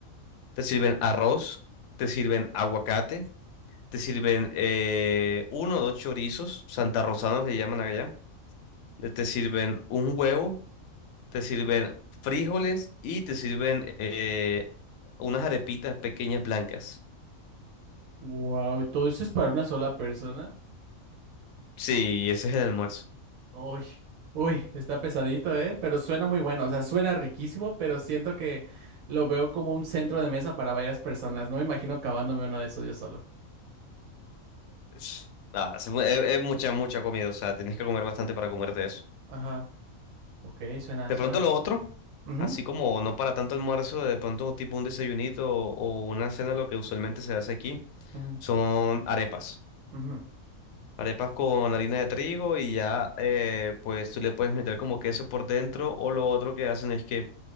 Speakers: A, on the left (about 65°); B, on the right (about 80°).
A: te sirven arroz, te sirven aguacate, te sirven eh, uno o dos chorizos, santarrosanos le llaman allá, de- te sirven un huevo, te sirven frijoles y te sirven eh, unas arepitas pequeñas blancas.
B: Wow, ¿todo eso es para una sola persona?
A: Sí, ese es el almuerzo.
B: Uy, uy, está pesadito, ¿eh? Pero suena muy bueno, o sea, suena riquísimo, pero siento que lo veo como un centro de mesa para varias personas. No me imagino acabándome uno de esos yo solo.
A: Es- Ah, es, mu- es- es mucha, mucha comida, o sea, tienes que comer bastante para comerte eso.
B: Ajá, ok, suena,
A: De
B: suena.
A: pronto lo otro,
B: Ujú,
A: así como no para tanto almuerzo, de pronto tipo un desayunito o, o una cena, lo que usualmente se hace aquí
B: ujú,
A: son arepas.
B: ujú.
A: Arepas con harina de trigo y ya, eh, pues tú le puedes meter como queso por dentro o lo otro que hacen es que